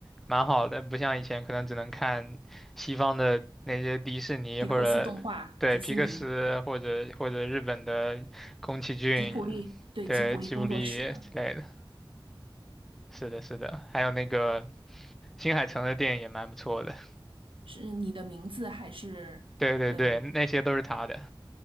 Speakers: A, in the centre; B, on the right (about 85°).
A: 蛮好的，不像以前可能只能看西方的那些迪士尼或者对皮克斯或者或者日本的宫崎骏，
B: 皮克斯动画、迪士尼、吉普力，对，
A: 对吉卜力之类的。
B: 吉普力工作室的，
A: 是的，是的，还有那个新海诚的电影也蛮不错的。
B: 是你的名字还是？
A: 对对对，
B: 呃，
A: 那些都是他的，